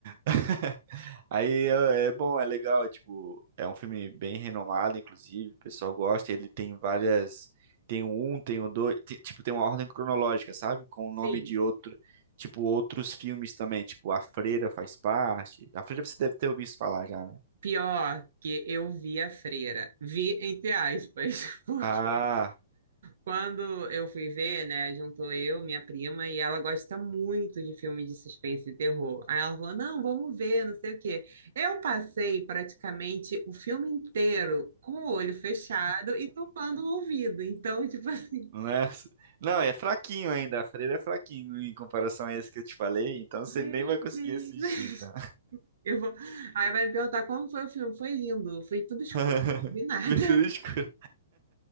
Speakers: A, on the right; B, on the right.
A: <laughs> Aí é é bom, é legal, é, tipo, é um filme bem renomado, inclusive, o pessoal gosta, ele tem várias, tem o um, tem o dois, ti- tipo, tem uma ordem cronológica, sabe? Com o
B: Sim,
A: nome de outro, tipo, outros filmes também, tipo, A Freira faz parte. A Freira você deve ter ouvido falar já, né?
B: pior que eu vi a freira. Vi entre aspas, <laughs> porque
A: Ah,
B: Quando eu fui ver, né, juntou eu, minha prima, e ela gosta muito de filme de suspense e terror. Aí ela falou: não, vamos ver, não sei o quê. Eu passei praticamente o filme inteiro com o olho fechado e tampando o ouvido. Então, tipo assim,
A: né? <laughs> Não, é fraquinho ainda, A Freira é fraquinho em comparação a esse que eu te falei, então
B: meu
A: você nem vai conseguir
B: Deus.
A: assistir, então.
B: <laughs> Eu vou... Aí vai me perguntar como foi o filme. Foi lindo, foi tudo escuro,
A: <laughs>
B: não vi nada.
A: Abertura escura.
B: <laughs>